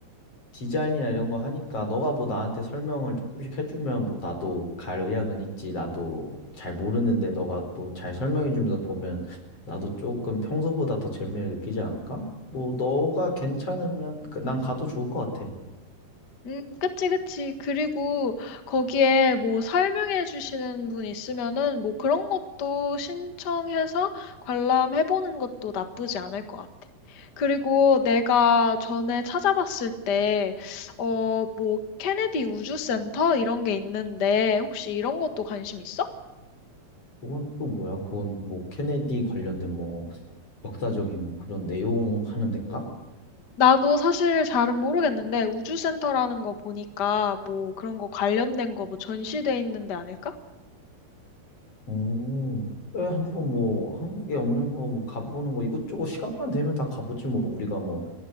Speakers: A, on the left (about 40°); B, on the left (about 55°).
A: 디자인이나 이런 거 하니까 너가 뭐 나한테 설명을 조금씩 해주면 뭐 나도 갈 의향은 있지. 나도 잘 모르는데 너가 또 잘 설명해주면서 보면 나도 조금 평소보다 더 재미를 느끼지 않을까? 뭐 너가 괜찮으면 그- 난 가도 좋을 것 같아.
B: 음, 그치, 그치. 그리고 거기에 뭐 설명해 주시는 분 있으면은 뭐 그런 것도 신청해서 관람해 보는 것도 나쁘지 않을 것 같아. 그리고 내가 전에 찾아봤을 때, 어, 뭐 케네디 우주센터 이런 게 있는데 혹시 이런 것도 관심 있어?
A: 그건 또 뭐야? 그건 뭐 케네디 관련된 뭐 역사적인 뭐 그런 내용 하는 데인가?
B: 나도 사실 잘은 모르겠는데 우주센터라는 거 보니까 뭐 그런 거 관련된 거 뭐 전시돼 있는 데 아닐까?
A: 오, 왜 한번 뭐 한국에 없는 거 뭐 가보는 거 이것저것 시간만 되면 다 가보지 뭐 우리가 뭐